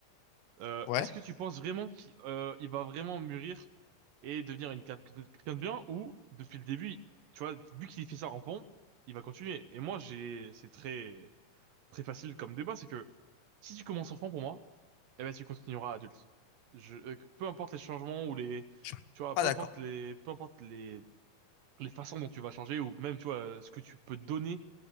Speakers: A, on the right (about 70°); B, on the left (about 80°).
A: Euh,
B: vois.
A: est-ce
B: Ouais,
A: que tu penses vraiment qu'il euh, il va vraiment mûrir et devenir une quelqu'un de quelqu'un de bien ou, depuis le début, tu vois, vu qu'il fait ça enfant, il va continuer. Et moi, j'ai, c'est très, très facile comme débat, c'est que si tu commences enfant pour moi, eh ben tu continueras adulte. Je, euh, peu importe les changements ou les,
B: je suis
A: tu vois,
B: pas
A: peu
B: d'accord.
A: importe les, peu importe les, les façons dont tu vas changer ou même, tu vois, euh, ce que tu peux donner